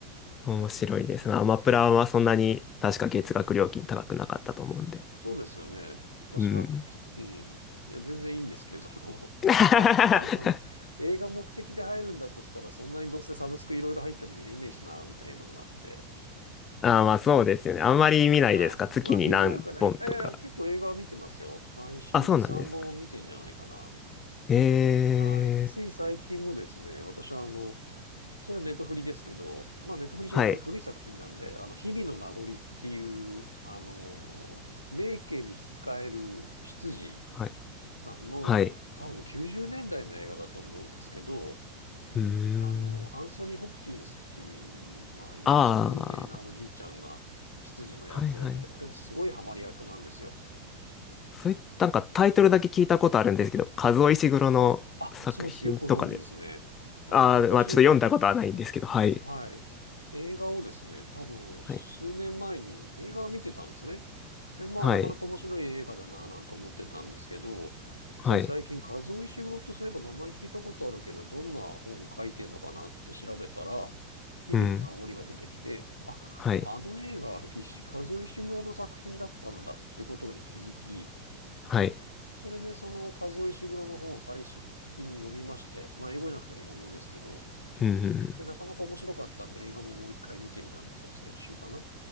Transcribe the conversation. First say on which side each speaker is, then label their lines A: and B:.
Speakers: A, on the left; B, on the left.
A: 面白いです。まあ、アマプラはそんなに確か月額料金高くなかったと思うんで。
B: な。えーそうですよね。確か、
A: うん。
B: きうん。いや、全然いいんですけど。
A: <laughs>
B: <laughs> まあ、あの、映画目的で入るんだとしたら、そんなにどうせサブスクいろいろ入っても見れねえしな、みたいなのがあって。
A: ああ、まあそうですよね。あんまり見ないですか月に何本とか。
B: はい。まあ、見れなくはないけど、いやいや、結構映画は見てますよ。毎週2、
A: あ、そうなんですか。
B: 3本見てんじゃないかな。
A: ええ
B: はい。つい最近もですね、私はあの、それはネットフリですけど、まあネットフリじゃなくても古い作品なんで、
A: はい。
B: あの、日々の名残っていう、あの、名家に仕える執事
A: はい。
B: さんの多分90年代の映画だと思うんですけど、
A: はい。うーん。
B: あの、アンソニー・ホプキンスっていう、まあイギリスの有名なおじいちゃんが執事の役をやってて、
A: ああ、はいはい。
B: これがすごいハマり役なんですよ。
A: そういった、なんかタイトルだけ聞いたことあるんですけど、カズオ・イシグロの作品とかで。
B: あ、そうです。よくご存知ですね。あの、
A: ああ、
B: 私
A: まあちょっと読んだことはないんですけど、はい。
B: はい。映画をですね、多分数年前に映画を見てたんですね。
A: はい。
B: で、まあなかなか面白い映画だなぁなんて思ってたんですけど、
A: はい。はい。
B: つい最近、和尾石黒ってそういえば名前聞いたことあるけど、どんな本書いてんのかなって調べたら、日々の名残が出てきて、
A: うん。
B: あ、
A: はい。
B: あの映画、石カズオ・黒の作品だったんだってことに気づき、
A: はい。
B: それでその和尾石黒の本を最近読みまして、まあ英語じゃなくて日本語ですけど、
A: うんうんうん。
B: で、なかなか面白かったんで、映画ももう一回見てみたんですよ、先週かな。